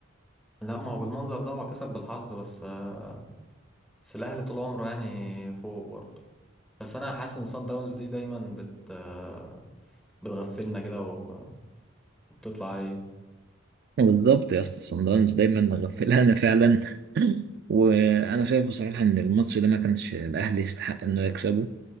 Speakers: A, in the centre; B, on the right.
A: لا ما هو بالمنظر ده هو كسب بالحظ بس آه، بس الاهلي طول عمره يعني فوق برضه بس انا حاسس ان سان داونز دي دايما بت آه، بتغفلنا كده و- وبتطلع ايه
B: بالظبط يا اسطى صن داونز دايما مغفلانا فعلا <laughs> وانا شايف بصراحه ان الماتش ده ما كانش الاهلي يستحق انه يكسبه